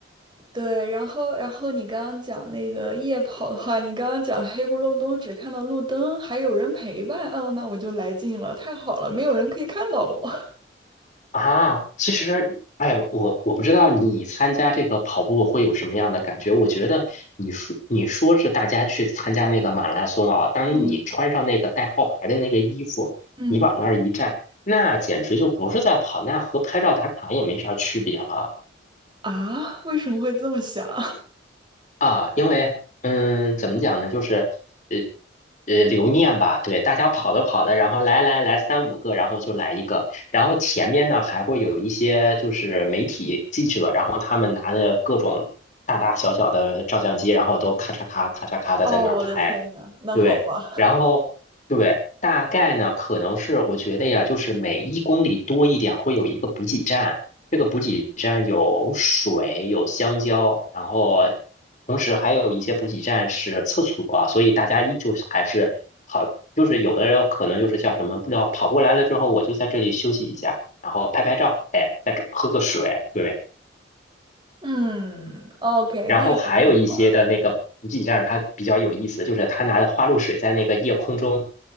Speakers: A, on the right; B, on the left.
A: 对，然后然后你刚刚讲那个夜跑的话，你刚刚讲黑不隆冬只看到路灯，还有人陪伴，哦，那我就来劲了，太好了，没有人可以看到我。
B: 啊，其实，哎，我我不知道你参加这个跑步会有什么样的感觉。我觉得你说你说是大家去参加那个马拉松啊，当你穿上那个带号牌的那个衣服，
A: <laughs> 嗯嗯。
B: 你往那儿一站，那简直就不是在跑，那和拍照打卡也没啥区别了。
A: 啊，为什么会这么想？<laughs>
B: 啊，因为嗯，怎么讲呢，就是呃呃留念吧，对，大家跑的跑的，然后来来来三五个，然后就来一个，然后前面呢还会有一些就是媒体记者，然后他们拿着各种大大小小的照相机，然后都咔嚓咔咔嚓咔的在那儿拍，
A: 哦，我的天呐，那好吧，
B: 对，然后对，大概呢可能是我觉得呀，就是每一公里多一点会有一个补给站。这个补给站有水，有香蕉，然后同时还有一些补给站是厕所，所以大家依旧是还是跑，就是有的人可能就是叫什么，不知道跑过来了之后，我就在这里休息一下，然后拍拍照，哎，再吃喝个水，对。
A: 嗯，OK，
B: 然后还有一些的那个补给站，
A: 那也很好，
B: 它比较有意思，就是他拿着花露水在那个夜空中